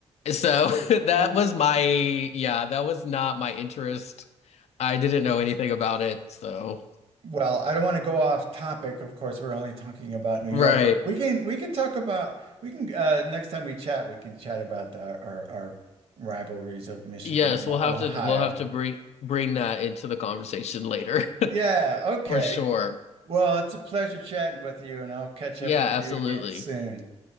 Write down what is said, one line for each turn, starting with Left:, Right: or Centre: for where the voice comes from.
Left: So <laughs> that
Right: Well,
Left: was my, yeah, that was not my interest. I didn't know anything about it, so
Right: Well, I don't want to go off topic. Of course, we're only talking about New York,
Left: right.
Right: but we can we can talk about we can uh next time we chat, we can chat about the, our our rivalries of Michigan
Left: Yes,
Right: and
Left: we'll have
Right: Ohio.
Left: to we'll have to bring bring that into the conversation later <laughs>
Right: Yeah, okay.
Left: for sure.
Right: Well, it's a pleasure chatting with you, and I'll catch
Left: Yeah,
Right: up with you
Left: absolutely.
Right: again soon.